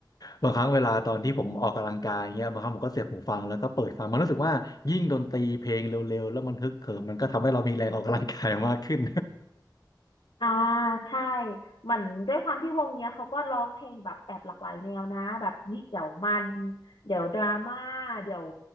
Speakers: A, on the left (about 55°); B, on the left (about 85°).
A: บางครั้งเวลาตอนที่ผมออกกำลังกายเงี้ยบางครั้งผมก็เสียบหูฟังแล้วก็เปิดฟังมันรู้สึกว่ายิ่งดนตรีเพลงเร็วๆแล้วมันฮึกเหิมมันก็ทำให้เรามีแรงออกกำลังกายมากขึ้น
B: อ่าใช่เหมือนด้วยความที่วงเนี้ยเขาก็ร้องเพลงแบบแอบหลากหลายแนวนะแบบเฮ้ยเดี๋ยวมันเดี๋ยวดราม่าเดี๋ยว